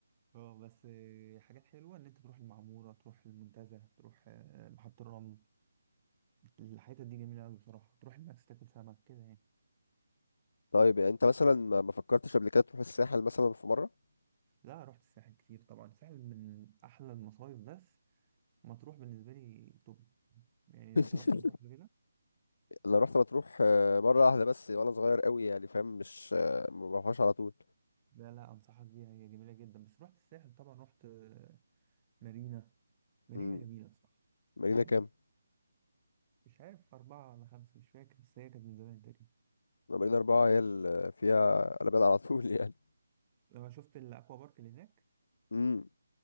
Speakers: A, on the right (about 25°); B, on the left (about 55°).
A: اه بس آه، حاجات حلوه ان انت تروح المعموره تروح المنتزه تروح آه، محطه الرمل الحتت دي جميله قوي بصراحه تروح الماكس تاكل سمك كده يعني
B: طيب يعني انت مثلا ما ما فكرتش قبل كده تروح الساحل مثلا في مره
A: لا رحت الساحل كتير طبعا الساحل من احلى المصايف بس مطروح بالنسبه لي توب يعني
B: <laughs>
A: انت رحت مطروح قبل كده
B: انا رحت مطروح آه، مره واحده بس وانا صغير قوي يعني فاهم مش آه، ما بروحهاش على طول
A: لا لا انصحك بيها هي جميله جدا بس رحت الساحل طبعا رحت آه، مارينا مارينا
B: امم
A: جميله بصراحه
B: مارينا
A: مارينا جميله
B: كام
A: مش عارف اربعه ولا خمسه مش فاكر بس هي كانت من زمان تقريبا
B: مارينا اربعه هي اللي فيها قلبان على طول <laughs> يعني
A: آه، شفت الاكوا بارك اللي هناك
B: امم